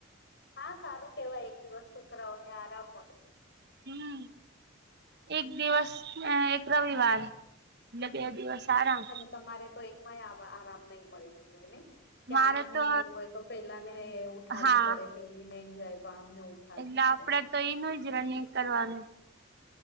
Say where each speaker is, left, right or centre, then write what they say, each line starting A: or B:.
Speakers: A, on the left; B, on the right.
A: હા સારું કેવાય એક દિવસ છોકરાઓને આરામ મળે.
B: હમ્મ એક દિવસ એક રવિવાર. <unintelligible> સારા
A: અને તમારે તો એકમાંય આરામ નહી મળતું હોય ને? ક્યાંનું
B: મારે
A: નહી
B: તો
A: જવું હોય તો પેલા ને ઉઠાડવું
B: હા
A: પડે પેલી નહીઈ જાય તો આમને ઉઠાડવું
B: એટલે
A: પડે
B: આપડે તો એઈ નય જ રનિંગ કરવાનું.